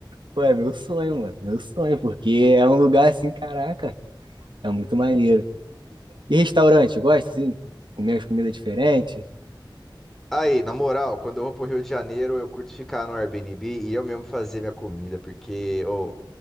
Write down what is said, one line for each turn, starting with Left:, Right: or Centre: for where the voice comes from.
Right: Pô, é meu sonho, mano, meu sonho, porque é um lugar assim, caraca, é muito maneiro. E restaurante, gosta assim? Comer as comidas diferentes?
Centre: Aí, na moral, quando eu vou pro Rio de Janeiro, eu curto ficar no Airbnb e eu mesmo fazer minha comida, porque, ô.